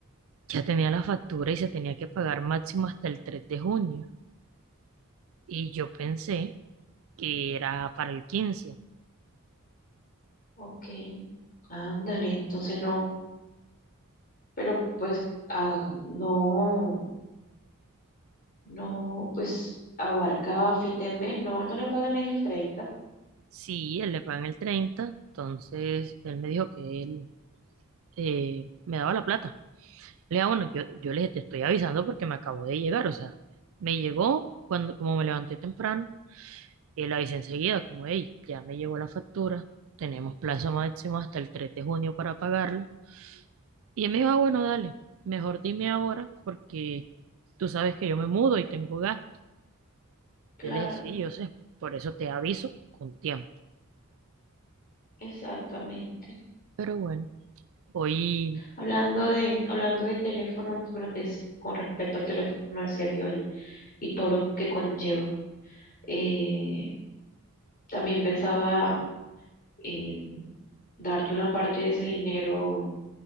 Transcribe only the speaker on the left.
Ok, ándale, entonces no, pero pues ah, no, no, pues abarca fin de mes, no, él no le pagan es el treinta?
Claro,
exactamente.
Hablando de, hablando de teléfonos grandes, con respecto al teléfono de Sergio y, y todo lo que conlleva, eh, también pensaba eh, darte una parte de ese dinero